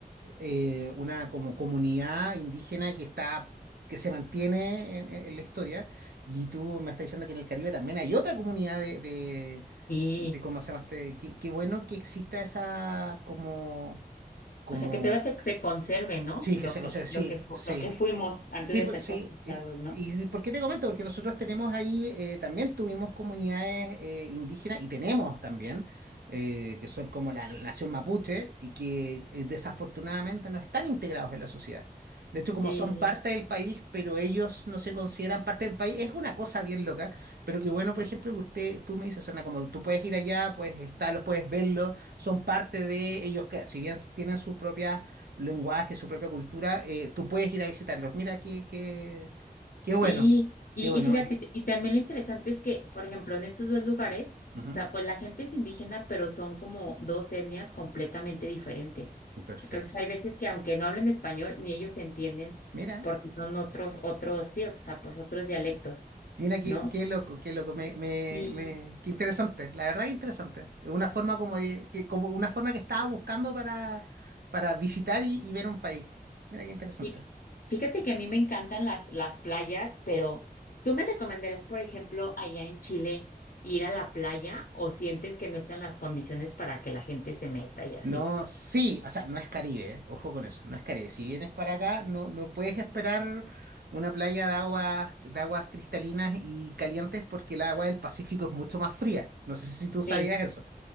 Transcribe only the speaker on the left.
Sí.
O sea, que te vas a que se conserve, ¿no?
Lo
que,
lo que, fu-
lo que fuimos antes
de
ser
conquistados,
¿no?
Sí,
sí.
Y,
y fíjate,
t- y también lo interesante es que, por ejemplo, en estos dos lugares,
o sea, pues la gente es indígena, pero son como dos etnias completamente diferentes.
Entonces hay veces que aunque no hablen español, ni ellos se entienden
porque son otros, otros, sí, o sea, pues otros dialectos,
¿no?
Y,
Fí- Fíjate que a mí me encantan las, las playas, pero ¿tú me recomendarías, por ejemplo, allá en Chile ir a la playa o sientes que no están las condiciones para que la gente se meta y así?
Sí.